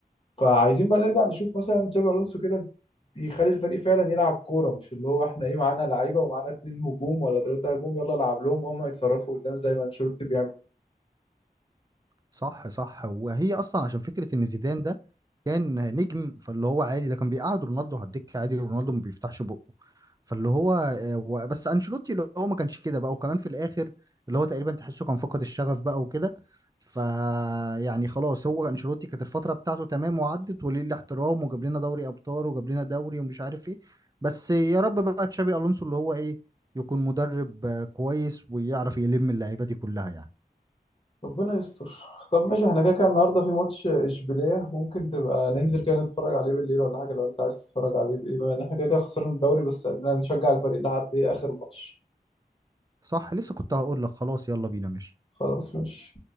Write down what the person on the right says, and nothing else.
صح صح وهي اصلا عشان فكره ان زيدان ده كان نجم فاللي هو عادي ده كان بيقعد رونالدو على الدكه عادي ورونالدو ما بيفتحش بقه فاللي هو آه، و- بس انشيلوتي اللي هو ما كانش كده بقى وكمان في الاخر اللي هو تقريبا تحسه كان فقد الشغف بقى وكده ف يعني خلاص هو انشيلوتي كانت الفتره بتاعته تمام وعدت وليه الاحترام وجاب لنا دوري ابطال وجاب لنا دوري ومش عارف ايه بس يا رب بقى تشابي الونسو اللي هو ايه يكون مدرب آه، كويس ويعرف يلم اللعيبه دي كلها يعني
صح لسه كنت هقول لك خلاص يلا بينا ماشي